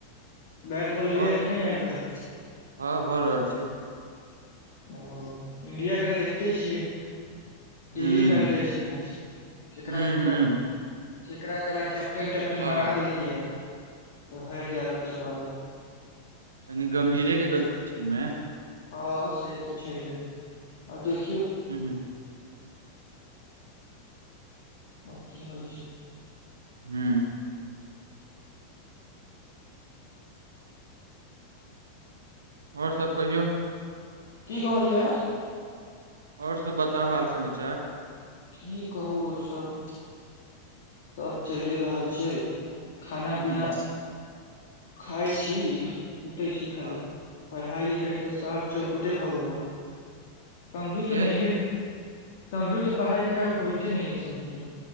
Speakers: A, on the left; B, on the right.
A: बैट बॉल होइया
B: ओर सब
A: कि नहि आइ काल्हि
B: <inaudible> हँ भऽ रहल छै
A: ओ इंडिया के तऽ देखते छियै
B: हुँ
A: डेली हाइर जाइ छै मैच ककरा
B: हुँ
A: ककरा।
B: हुँ
A: केकेरा ककरा कैप्टन टैप्टन
B: हँ
A: बना देलकै य ओ हेर जा रहल छै बार बार
B: कनी गंभीरे के गलती छै ऐमे
A: हँ से तऽ छैहे आब देखियौ
B: हूँ हूँ
A: ओर की होइ छै
B: हूँ ओर सब कहियौ
A: की कहलियै
B: ओर सब बताउ हाल समाचार
A: की कहू और सब सब चइले रहल छै खाना
B: हुँ
A: पीना खाइ छी सुतै छी खाली
B: हँ
A: पढ़ाई लिखाई तऽ साफ चौकटे भऽ गेले समझू
B: किया
A: तऽ नहिये समझू तऽ पढ़ाइ लिखाइ होइते नय समझू तऽ